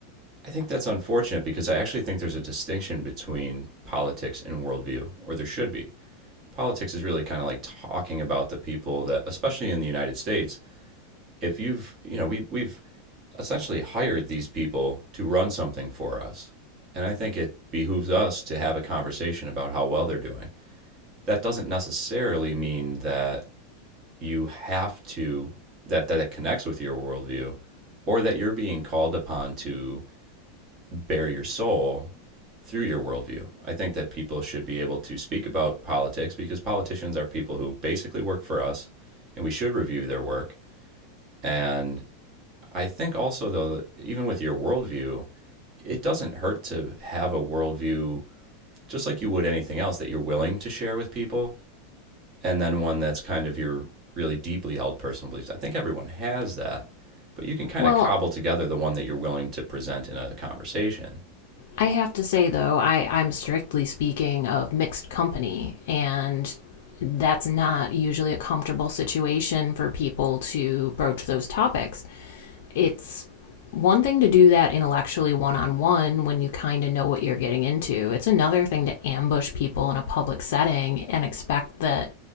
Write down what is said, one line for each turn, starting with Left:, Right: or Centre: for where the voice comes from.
Right: I think that's unfortunate because I actually think there's a distinction between politics and worldview, or there should be. Politics is really kind of like talking about the people that, especially in the United States, if you've you know we we've essentially hired these people to run something for us, and I think it behooves us to have a conversation about how well they're doing. That doesn't necessarily mean that you have to that that it connects with your worldview, or that you're being called upon to bare your soul through your worldview. I think that people should be able to speak about politics because politicians are people who basically work for us and we should review their work and I think also, though, even with your worldview, it doesn't hurt to have a worldview just like you would anything else that you're willing to share with people, and then one that's kind of your really deeply held personal beliefs. I think everyone has that, but you can kind
Left: Well,
Right: of cobble together the one that you're willing to present in a conversation.
Left: I have to say though, I, I'm strictly speaking of mixed company, and that's not usually a comfortable situation for people to broach those topics it's one thing to do that intellectually one on one when you kind of know what you're getting into. It's another thing to ambush people in a public setting and expect that